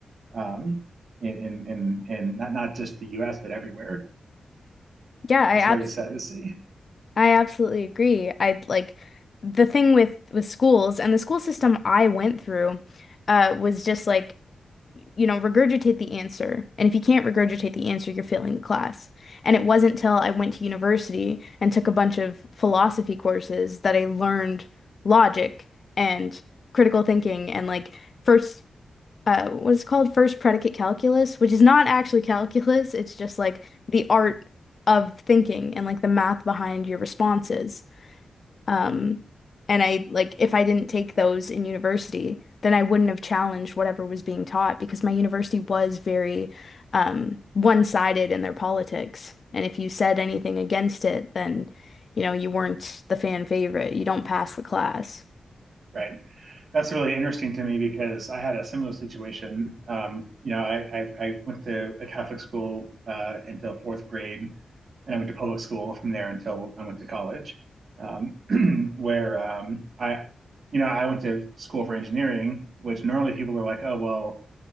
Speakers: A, on the right; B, on the left.
A: um, in, in in in not not just the U.S. but everywhere.
B: Yeah, I
A: That's very
B: abs
A: sad to see.
B: I absolutely agree. I like the thing with with schools and the school system I went through uh was just like you know, regurgitate the answer. And if you can't regurgitate the answer, you're failing the class. And it wasn't till I went to university and took a bunch of philosophy courses that I learned logic and critical thinking and like first uh what's called first predicate calculus, which is not actually calculus, it's just like the art of thinking and like the math behind your responses. Um, and I like if I didn't take those in university, then I wouldn't have challenged whatever was being taught because my university was very um, one-sided in their politics. And if you said anything against it, then you know you weren't the fan favorite. You don't pass the class.
A: Right. That's really interesting to me because I had a similar situation. Um, you know, I, I, I went to a Catholic school uh, until fourth grade, and I went to public school from there until I went to college, um, <clears throat> where um, I, you know, I went to school for engineering, which normally people are like, oh, well,